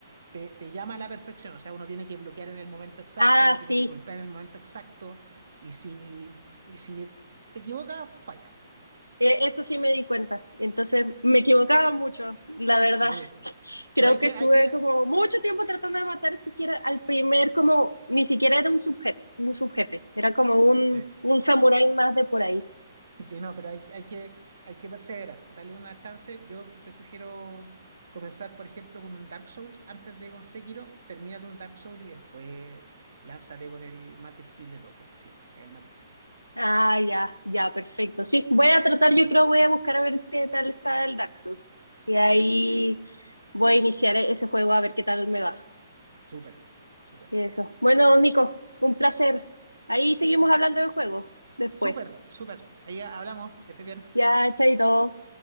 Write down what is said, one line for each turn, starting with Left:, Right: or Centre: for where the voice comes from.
Right: te, te llama a la perfección, o sea, uno tiene que bloquear en el momento exacto,
Left: Ah,
Right: uno tiene
Left: sí,
Right: que golpear en el momento exacto, y si, y si te equivocas, falla.
Left: eh, eso sí me di cuenta. Entonces me equivocaba mucho, la verdad.
Right: Sí,
Left: creo
Right: pero hay
Left: que
Right: que,
Left: estuve
Right: hay que,
Left: como mucho tiempo tratando de matar siquiera al primer, como ni siquiera era un, subje un subjefe, era como un,
Right: sí,
Left: un samurái más de por ahí.
Right: <laughs> sí, no, pero hay, hay que, hay que perseverar, darle una chance. Yo te sugiero comenzar, por ejemplo, con un Dark Souls antes de con Sekiro, termina un Dark Souls y después lánzate con el más difícil de todos, porque sí, es el más difícil.
Left: Ah, ya, ya, perfecto. Sí, voy a tratar, yo
Right: Ujú.
Left: creo, voy a buscar a ver qué tal está el Daxus. Y ahí
Right: Eso,
Left: voy a iniciar e- ese juego a ver qué tal me va.
Right: súper, súper,
Left: Y eso. Bueno, Nico, un placer. Ahí seguimos hablando del juego después.
Right: súper, súper. Ahí hablamos, que estés bien.
Left: Ya, chaito.